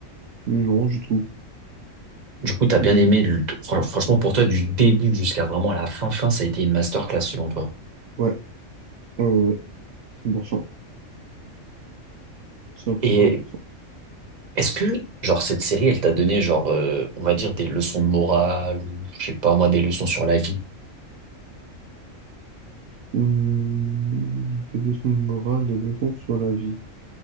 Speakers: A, on the right; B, on the right.
A: Non, du tout.
B: Du coup, t'as bien
A: Non,
B: aimé,
A: non.
B: le- fran- franchement, pour toi, du début jusqu'à vraiment la fin, fin, ça a été une masterclass selon toi.
A: Ouais, ouais, ouais, ouais. 100%. 100%.
B: Et est-ce que, genre, cette série, elle t'a donné, genre, euh, on va dire, des leçons de morale, ou je sais pas, moi, des leçons sur la vie,
A: Hum, Des leçons de morale, des leçons sur la vie.